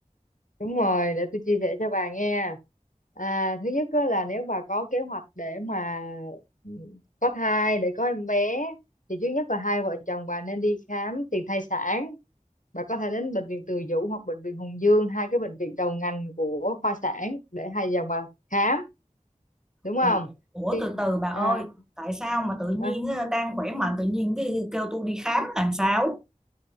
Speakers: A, on the left; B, in the centre.
A: đúng rồi để tôi chia sẻ cho bà nghe à, thứ nhất á là nếu bà có kế hoạch để mà ừ, có thai để có em bé thì trước nhất là hai vợ chồng bà nên đi khám tiền thai sản Bà có thể đến bệnh viện Từ Dũ hoặc bệnh viện Hùng Dương, hai cái bệnh viện đầu ngành của khoa sản để hai dòng bà khám, đúng không?
B: Ừ, Ủa
A: Thì,
B: từ từ bà ơi
A: à,
B: Tại sao mà tự nhiên
A: à,
B: á, đang khỏe mạnh Tự nhiên cái kêu tôi đi khám làm sao